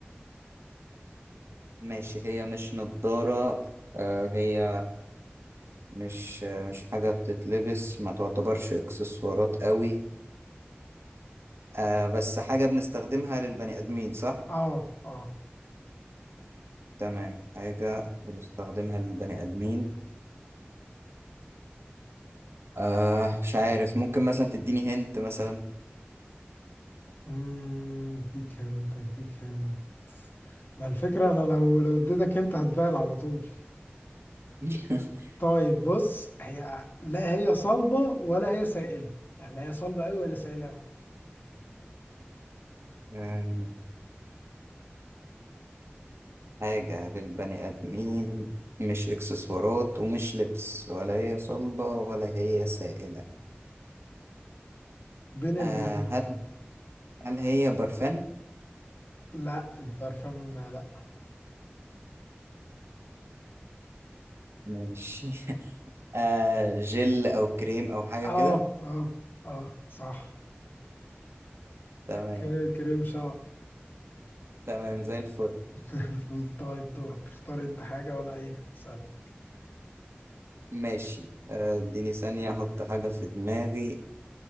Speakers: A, on the right (about 80°); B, on the left (about 45°).
A: ماشي هي مش نضارة أه هي مش مش حاجة بتتلبس ما تعتبرش اكسسوارات قوي آه بس حاجة بنستخدمها للبني آدمين صح؟
B: اه اه
A: تمام حاجة بنستخدمها للبني آدمين آه مش عارف ممكن مثلا تديني هنت مثلا
B: امم اديك انت اديك انت ما الفكرة انا لو لو اديتك انت هتبان على طول
A: <laughs>
B: طيب بص هي لا هي صلبة ولا هي سائلة يعني لا هي صلبة أوي ولا سائلة أوي
A: آه حاجة للبني آدمين مش إكسسوارات ومش لبس ولا هي صلبة ولا هي سائلة
B: بين البنين
A: آه هل
B: كده
A: هل هي برفان؟
B: لا البرفان لا
A: ماشي <laughs> آه جل أو كريم أو حاجة
B: اه
A: كده
B: اه اه صح
A: تمام
B: كريم كريم شعر
A: تمام زي الفل
B: <laughs> الفل. طيب دورك اختار انت حاجة وانا ايه اسألك
A: ماشي آه، اديني ثانية أحط حاجة في دماغي